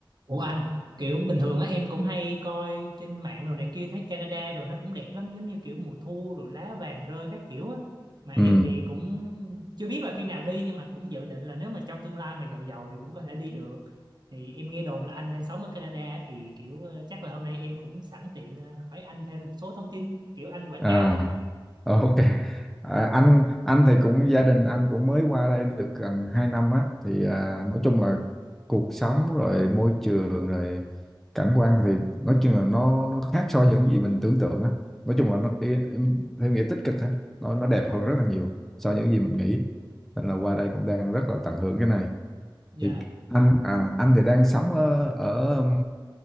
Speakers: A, on the right; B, in the centre.
A: Ủa anh kiểu bình thường á em cũng hay coi trên mạng đồ này kia thấy Canada đồ nó cũng đẹp lắm giống như kiểu mùa thu rồi lá vàng rơi các kiểu á mà em
B: Ừ.
A: thì cũng chưa biết là khi nào đi nhưng mà cũng dự định là nếu mà trong tương lai mà giàu giàu thì cũng có thể đi được thì em nghe đồn là anh đang sống ở Canada á, thì kiểu ờ, chắc là hôm nay em cũng sẵn tiện ờ, hỏi anh thêm một số thông tin kiểu anh quảng
B: À,
A: cáo
B: ờ, ok. À, anh anh thì cũng gia đình anh cũng mới qua đây được gần 2 năm á thì à, nói chung là cuộc sống rồi môi trường rồi cảnh quan thì nói chung là nó nó khác so với những gì mình tưởng tượng á. Nói chung là nó ý- em- theo nghĩa tích cực á, nó nó đẹp hơn rất là nhiều so với những gì mình nghĩ. Nên là qua đây cũng đang rất là tận hưởng cái này.
A: Dạ
B: Thì anh à, anh thì đang sống ở ở